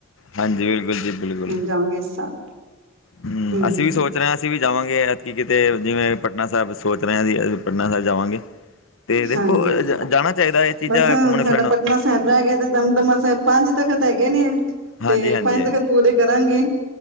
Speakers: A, on the left; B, on the right.
A: ਹਾਂਜੀ ਬਿਲਕੁਲ ਜੀ ਬਿਲਕੁਲ
B: ਹੁਣ ਜਾਵਾਂਗੇ ਇਸ ਸਾਲ।
A: ਹਮ
B: ਹੂੰ
A: ਅਸੀਂ ਵੀ ਸੋਚ ਰਹੇ ਹਾਂ ਅਸੀਂ ਵੀ ਜਾਵਾਂਗੇ ਕੀ ਕਿਤੇ ਜਿਵੇਂ ਪਟਨਾ ਸਾਹਿਬ ਸੋਚ ਰਹੇ ਹ ਸੀ ਅਸੀਂ ਪਟਨਾ ਸਾਹਿਬ ਜਾਵਾਂਗੇ ਤੇ ਦੇਖੋ,
B: ਹਾਂਜੀ ਹਾਂਜੀ
A: ਜਾਣਾ ਚਾਹੀਦਾ ਇਹ ਚੀਜ਼ਾਂ
B: ਬਸ ਹੁਣ
A: ਘੁੰਮਣ
B: ਸਾਡਾ
A: ਫਿਰਨ
B: ਪਟਨਾ ਸਾਹਿਬ ਰਹਿ ਗਿਆ ਤੇ ਦਮਦਮਸ ਸਾਹਿਬ ਪੰਜ ਤਖ਼ਤ ਹੈਗੇ ਨੀ ਹੈ
A: ਹਾਂਜੀ
B: ਤੇ
A: ਹਾਂਜੀ
B: ਪੰਜ
A: ਹਾਂਜੀ
B: ਤਖ਼ਤ ਪੂਰੇ ਕਰਾਂਗੇ।